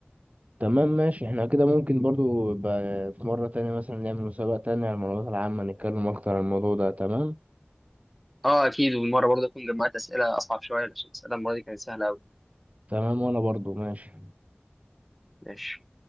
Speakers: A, on the right; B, in the centre.
A: تمام ماشي احنا كده ممكن برضو يبقى في مرة تانية مثلا نعمل مسابقة تانية على المعلومات العامة نتكلم اكتر عن الموضوع ده تمام
B: اه اكيد والمره برضه اكون جمعت اسئله اصعب شويه عشان الاسئله المره دي كانت سهله قوي
A: تمام وانا برضو ماشي
B: ماشي